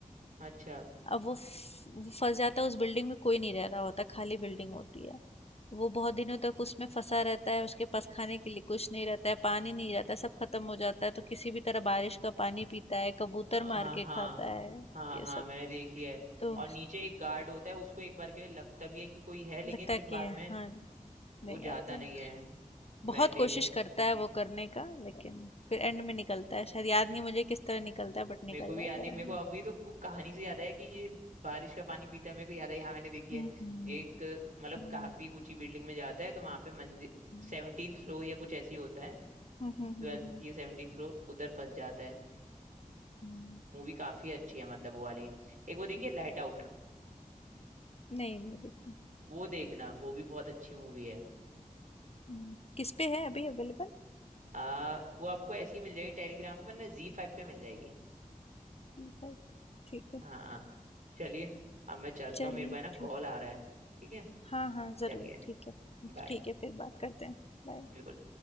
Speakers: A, on the right; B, on the left.
A: अच्छा
B: अब वो फ- वो फंस जाता है उस बिल्डिंग में कोई नहीं रह रहा होता खाली बिल्डिंग होती है वो बहुत दिनों तक उसमें फंसा रहता है उसके पास खाने के लिए कुछ नहीं रहता है पानी नहीं रहता है सब खत्म हो जाता है तो किसी भी तरह बारिश का पानी पीता है कबूतर
A: हाँ
B: मार के
A: हाँ
B: खाता है
A: हाँ
B: ये
A: हाँ
B: सब
A: मैंने देखी है
B: तो
A: और नीचे एक गार्ड होता है उसको एक बार के लिए लगता भी है कि कोई है लेकिन
B: लगता
A: फिर
B: है कि
A: बाद में
B: हाँ
A: वो
B: नहीं
A: जाता
B: आता है।
A: नहीं है मैंने
B: बहुत
A: देखा
B: कोशिश
A: है
B: करता है वो करने का लेकिन फिर एंड में निकलता है शायद याद नहीं मुझे किस तरह निकलता है बट
A: मेरे
B: निकल
A: को भी
B: जाता
A: याद नहीं
B: है
A: मेरे
B: एंड
A: को
B: में
A: अभी तो वो कहानी से याद आया कि ये बारिश का पानी पीता है मेरे को याद है हाँ मैंने देखी
B: हम्म
A: है ये एक मतलब
B: हम्म
A: काफी ऊंची बिल्डिंग में जाता है तो वहां पे मंजिल
B: हम्म
A: सेवनटीन फ्लोर या कुछ ऐसी होता है
B: हम्म हम्म हम्म
A: ट्वेल्थ
B: हम्म, हम्म,
A: या सेवनटीन फ्लोर उधर फंस जाता है
B: हम्म,
A: मूवी काफी अच्छी है मतलब वो वाली एक वो देखिए
B: हम्म।
A: लाइट आउट
B: नहीं नहीं देखिए
A: वो देखना वो भी बहुत अच्छी मूवी है
B: हम्म, किस पे है अभी अवेलेबल
A: आ, वो आपको ऐसी मिल जाएगी टेलीग्राम पे वरना जी फाइव पे मिल जाएगी
B: जी फाइव ठीक है
A: हाँ हाँ चलिए अब मैं चलता
B: चलिए
A: हूँ मेरे को है ना
B: ठीक
A: कॉल
B: है
A: आ रहा है ठीक है
B: हाँ हाँ ज़रूर
A: चलिए
B: ठीक है
A: बाय
B: ठीक है फिर बात करते हैं बाय
A: बिल्कुल